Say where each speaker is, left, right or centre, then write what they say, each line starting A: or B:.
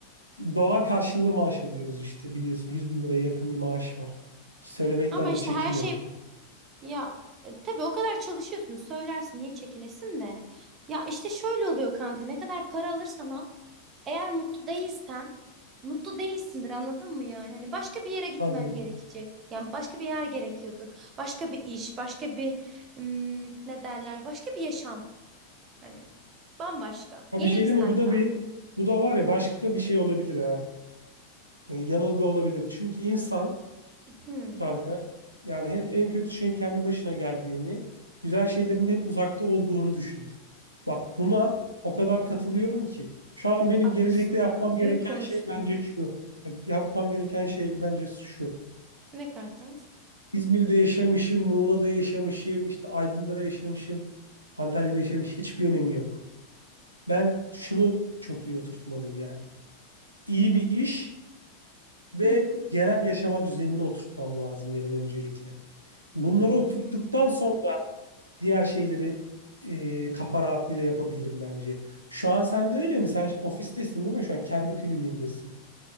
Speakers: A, on the right (about 85°); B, on the right (about 30°).
A: dolar karşılığı maaş alıyoruz işte biliyorsun yüz bin liraya yakın bir maaş var. Söylemekten
B: Ama
A: de
B: işte
A: çekinmiyorum.
B: her şey Ya e, tabii o kadar çalışıyorsun söylersin niye çekinesin de. Ya işte şöyle oluyor kanka ne kadar para alırsan al eğer mutlu değilsen mutlu değilsindir anladın mı yani? Hani başka bir yere gitmen
A: Aynen.
B: gerekecek. Yani başka bir yer gerekiyordur. Başka bir iş, başka bir hmm, ne derler? Başka bir yaşam hani. Bambaşka.
A: Ha
B: Yeni
A: bir şey
B: bir
A: değil
B: sayfa.
A: mi? Bu da bir bu da var ya başka bir şey olabilir ha. E, yanılgı olabilir. Çünkü insan
B: Hmm,
A: kanka. Yani hep en kötü şeyin kendi başına geldiğini, güzel şeylerin de hep uzakta olduğunu düşünür. Bak buna o kadar katılıyorum ki. Şu an benim
B: haklısın
A: gelecekte yapmam
B: ya.
A: gereken
B: Büyük konuştun.
A: şey bence şu. Bak, Yapmam gereken şey bence şu.
B: Ne kanka?
A: İzmir'de yaşamışım, Muğla'da yaşamışım, işte Aydın'da yaşamışım, Antalya'da yaşamış hiçbir önemi yok. Ben şunu çok iyi oturtmalıyım yani. İyi bir iş ve
B: Hmm,
A: genel yaşama düzenini oturtmam lazım benim öncelikle. Bunları oturttuktan
B: hmm.
A: sonra diğer şeyleri e, kafa rahatlığıyla yapabilirim bence. Şu an sen de öyle mi? Sen ofistesin değil mi? Şu an kendi kliniğindesin.